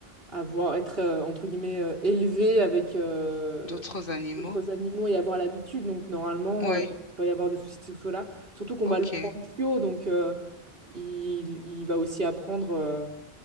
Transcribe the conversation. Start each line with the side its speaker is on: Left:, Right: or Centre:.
Right: avoir, être, euh, entre guillemets, euh, élevé avec euh,
Left: D'autres animaux?
Right: d'autres animaux et avoir l'habitude. Donc, normalement,
Left: Oui.
Right: euh, il ne va pas y avoir de soucis de ce côté-là. Surtout qu'on
Left: Ok.
Right: va le prendre fio, donc euh, il, il va aussi apprendre euh,